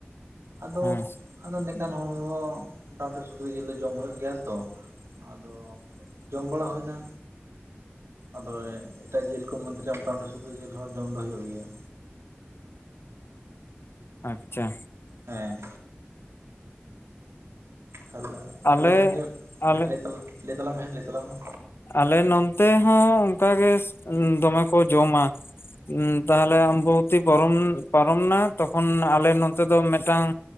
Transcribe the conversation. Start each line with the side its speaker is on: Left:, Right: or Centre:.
Right: ᱟᱫᱚ
Left: ᱦᱮᱸ
Right: ᱟᱫᱚ ᱢᱤᱫᱴᱟᱱ ᱦᱚᱲᱦᱚ ᱢᱚᱴᱟᱢᱩᱴᱤ ᱥᱩᱠᱨᱤ ᱡᱤᱞ ᱫᱚ ᱡᱚᱢ ᱦᱩᱭᱩᱜ ᱜᱮᱭᱟ, ᱛᱚ ᱟᱫᱚ᱾ ᱡᱚᱢ ᱵᱟᱲᱟ ᱦᱩᱭ ᱮᱱᱟ᱾ ᱟᱫᱚ ᱮᱴᱟᱜ ᱡᱤᱞ ᱠᱚ ᱢᱚᱫᱽᱫᱷᱮᱨᱮ ᱥᱩᱠᱨᱤ ᱡᱤᱞ ᱦᱚᱸ ᱡᱚᱢ ᱫᱚ ᱦᱩᱭᱩᱜ ᱜᱮᱭᱟ᱾
Left: <inaudible> ᱟᱪᱪᱷᱟ
Right: ᱦᱮᱸ ᱛᱟᱦᱚᱞᱮ
Left: ᱟᱞᱮ
Right: ᱛᱟᱦᱞᱮ ᱠᱷᱟᱱ ᱜᱮ
Left: ᱟᱞᱮ
Right: ᱦᱮᱸ ᱞᱟᱹᱭ ᱛᱟᱞᱟᱝ ᱢᱮ ᱦᱮᱸ ᱞᱟᱹᱭ ᱛᱟᱞᱟᱝ ᱢᱮ
Left: ᱟᱞᱮ ᱱᱚᱱᱛᱮ ᱦᱚᱸ ᱚᱱᱠᱟᱜᱮ ᱫᱚᱢᱮ ᱠᱚ ᱡᱚᱢᱟ ᱩᱸ ᱛᱟᱦᱞᱮ ᱟᱢᱵᱚᱵᱚᱛᱤ ᱯᱟᱨᱚᱢ ᱯᱟᱨᱚᱢ ᱮᱱᱟ ᱛᱚᱠᱷᱚᱱ ᱟᱞᱮ ᱱᱚᱛᱮ ᱫᱚ ᱢᱤᱫᱴᱟᱝ